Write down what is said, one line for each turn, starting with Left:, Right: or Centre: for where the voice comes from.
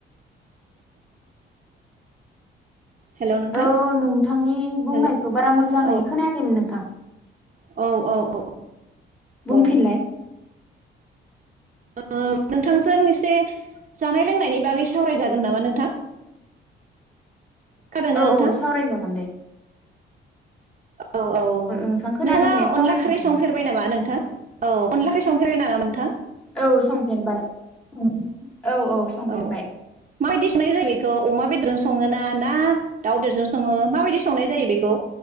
Right: हेल' नोंथां
Centre: औ नोंथांनि बुंनायखौ
Right: हेल'
Centre: बारा मोजाङै
Right: औ
Centre: खोनायाखैमोन नोंथां।
Right: औ औ औ
Centre: बुंफिनलाय
Right: ओ, ओ नोंथांजों एसे जानाय लोंनायनि बागै सावरायजागोन नामा नोंथां? खोनादोंना
Centre: औ औ
Right: नोंथां
Centre: सावरायजागोन दे।
Right: औ औ नोंथाङा
Centre: नोंथां खोनादों दे सावरायजागोन
Right: अनला खारै संफेरबाय
Centre: दे
Right: नामा नोंथां औ अनला खारै <unintelligible> मोनथां।
Centre: औ संफेरबाय <unintelligible> संफेरबाय
Right: औ माबायदि सुनाय जायो बेखौ अमा बेदरजों स सङोना ना दाउदेरजों सङो माबायदि संनाय जायो बेखौ